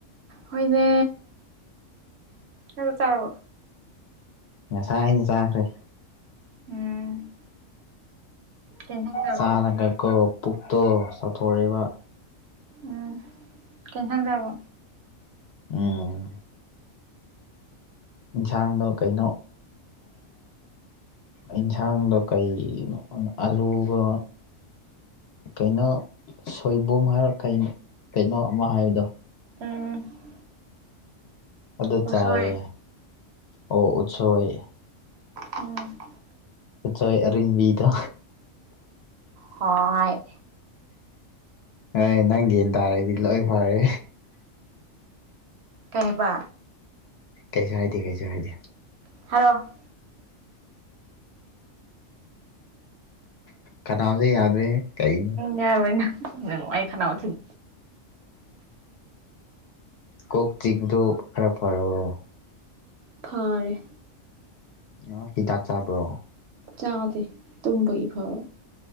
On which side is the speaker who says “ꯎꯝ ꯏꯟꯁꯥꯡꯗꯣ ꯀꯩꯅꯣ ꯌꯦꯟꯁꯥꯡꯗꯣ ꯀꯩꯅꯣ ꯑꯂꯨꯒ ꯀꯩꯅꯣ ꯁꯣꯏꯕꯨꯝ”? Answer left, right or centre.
Left